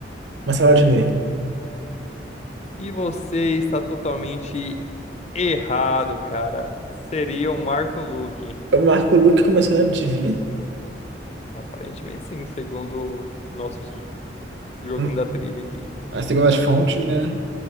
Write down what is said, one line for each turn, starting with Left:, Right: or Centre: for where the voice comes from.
Right: Marcelo Adnet.
Left: E você está totalmente errado, cara. Seria o Marco Luque.
Right: O Marco Luque começou na MTV?
Left: Aparentemente sim, segundo o nosso j- joguinho
Right: Hum.
Left: da trivia aqui.
Right: Ah, Segundo as fontes, né?